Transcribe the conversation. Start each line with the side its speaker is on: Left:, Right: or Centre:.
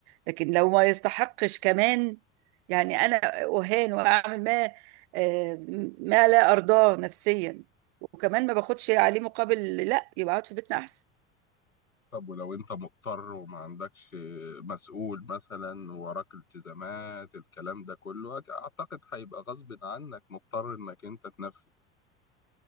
Right: لكن لو ما يستحقش كمان يعني انا اهان واعمل ما آه، ما لا ارضاه نفسيا وكمان ما باخدش عليه مقابل لا يبقى اقعد في بيتنا احسن
Left: طب ولو انت مضطر وما عندكش آه، مسؤول مثلا وراك التزامات الكلام ده كله اعتقد هيبقى غصب عنك مضطر انك انت تنفذ